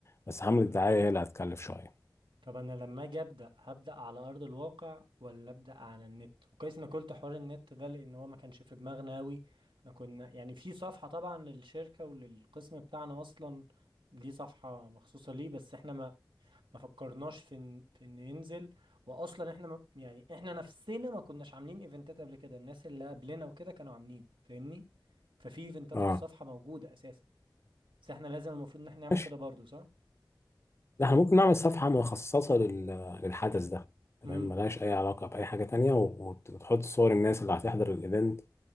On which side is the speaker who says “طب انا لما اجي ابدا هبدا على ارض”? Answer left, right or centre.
Right